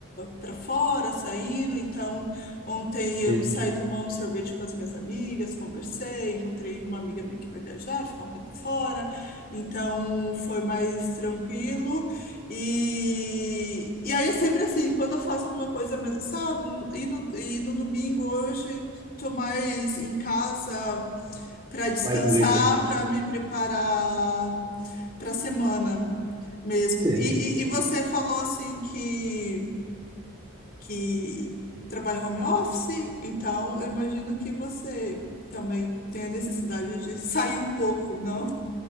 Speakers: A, on the left (about 40°); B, on the right (about 20°).
A: para fora, saindo, então ontem eu
B: Sim,
A: saí tomar um sorvete com as minhas amigas, conversei, encontrei uma amiga minha que vai viajar, ficar um tempo fora, então foi mais tranquilo, e, e aí é sempre assim, quando eu faço alguma coisa mais no sábado e no, e no domingo hoje estou mais em casa para descansar,
B: mais livre.
A: para me preparar para a semana mesmo.
B: Sim.
A: E, e, e você falou assim que, que trabalha home office, então eu imagino que você também tem a necessidade de sair um pouco, não?